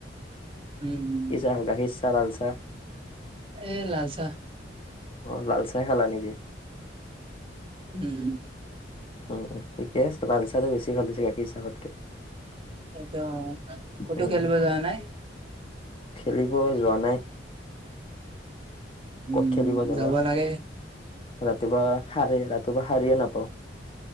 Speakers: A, on the right; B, on the left.
A: উম উম
B: কি চাহ গাখীৰ চাহ লাল চাহ
A: এ লাল চাহ।
B: অ লাল চাহে খালা নেকি।
A: উম
B: উম উম, ঠিকে আছে লালচাহটো বেছি ভাল পিছে গাখীৰ চাহতকে।
A: অ অ ক'তো
B: উম
A: খেলিব যোৱা নাই?
B: খেলিব যোৱা নাই।
A: উম
B: ক'ত খেলিব যাবা?
A: যাব লাগে
B: ৰাতিপুৱা সাৰে ৰাতিপুৱা সাৰিয়ে নাপাও।